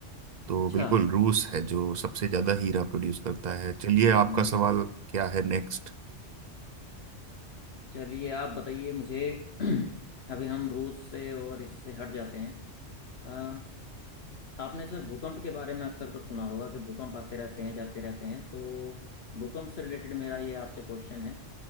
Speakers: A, on the right (about 50°); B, on the left (about 60°).
A: तो
B: अच्छा
A: बिल्कुल रूस है जो सबसे ज्यादा हीरा प्रोड्यूस करता है चलिए आपका
B: हम्म
A: सवाल क्या है नेक्स्ट
B: चलिए आप बताइए मुझे <clears throat> अभी हम रूस से और इससे हट जाते हैं अ, तो आपने सर भूकंप के बारे में अक्सर कर सुना होगा कि भूकंप आते रहते हैं जाते रहते हैं तो भूकंप से रिलेटेड मेरा ये आपसे क्वेश्चन है